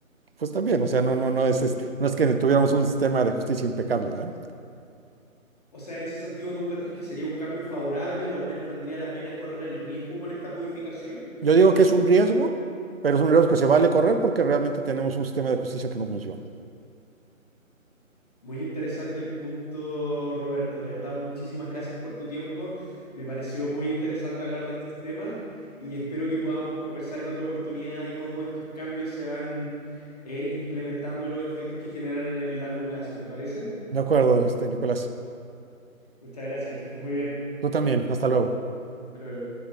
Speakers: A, on the right; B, on the left.
A: Pues también, o sea, no, no, no es, es- no es que tuviéramos un sistema de justicia impecable, ¿verdad?
B: O sea, en ese sentido, ¿tú encuentras que sería un cambio favorable o al menos valdría la pena correr el riesgo con esta modificación?
A: Yo digo que es un riesgo, pero es un riesgo que se vale correr porque realmente tenemos un sistema de justicia que no funciona.
B: Muy interesante el punto, Roberto. De verdad, muchísimas gracias por tu tiempo. Me pareció muy interesante hablar de estos temas y espero que podamos conversar en otra oportunidad y cómo estos cambios se van eh, implementando y los efectos que generan en el largo plazo. ¿Te parece?
A: De acuerdo, este, Nicolás.
B: Muchas gracias, que estés muy bien.
A: Tú también, hasta luego.
B: Hasta luego.